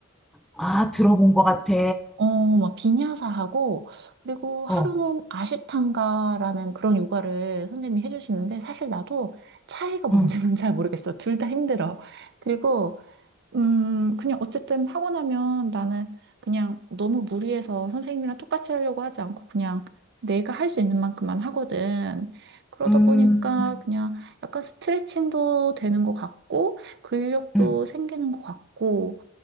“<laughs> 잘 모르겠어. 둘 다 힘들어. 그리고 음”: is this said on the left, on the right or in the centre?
Right